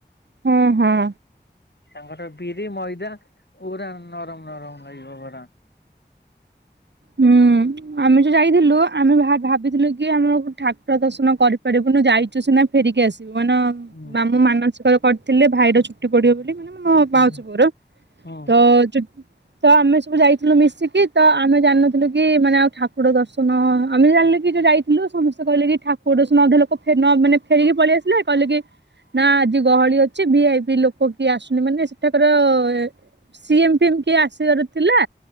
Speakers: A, on the right (about 75°); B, on the left (about 70°).
A: ହଁ ହଁ।
B: ତାଙ୍କର ବିରି ମଇଦା ପୁରା ନରମ ନରମ ନାଗିବ ବରା। <inaudible>
A: ହୁଁ, ଆମେ ଯୋ ଯାଇଥିଲୁ ଆମେ ଭା-ଭାବିଥିଲୁ କି ଆମକୁ ଠାକୁର ଦର୍ଶନ କରିପାରିବୁନୁ ଯାଇଚୁ ସିନା ଫେରିକି ଆସିବୁ। ମାନ
B: ହୁଁ
A: ମାମୁଁ ମାନସିକ ର କରିଥିଲେ ଭାଇର ଚୁଟି ପଡିବ ବୋଲି, ମାନେ ମୋ
B: ହୁଁ
A: ମାଉସୀ ପୁଅର,
B: ହଁ
A: ତ ଚୁ ତ ଆମେ ସବୁ ଯାଇଥିଲୁ ମିଶିକି। ତ ଆମେ ଜାଣନଥିଲୁ କି ମାନେ ଆଉ ଠାକୁର ଦର୍ଶନ ଆମେ ଜାଣିଲେ କି ଯେ ଯାଇଥିଲୁ ସମସ୍ତେ କହିଲେ କି ଠାକୁର ଦର୍ଶନ <unintelligible> ଲୋକ ଫେ ନ ମାନେ ଫେରିକି ପଳେଇଆସିଲେ କହିଲେ କି ନା ଆଜି ଗହଳି ଅଛି ଭି ଆଇ ପି ଲୋକ କିଏ ଆସୁନି ମାନେ ସେଠାକାର ଏଁ ସି ଏମେ ଫିଏମ କିଏ ଆସିବାର ଥିଲା